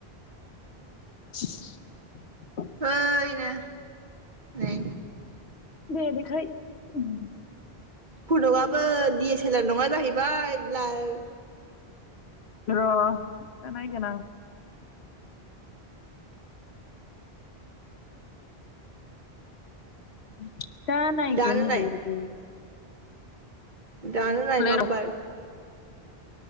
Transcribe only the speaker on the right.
ओइ नो नै।
फटकआबो डि एस एलार नङा जाहैबाय ब्लार
दानो नाय
दानो नाय माबबार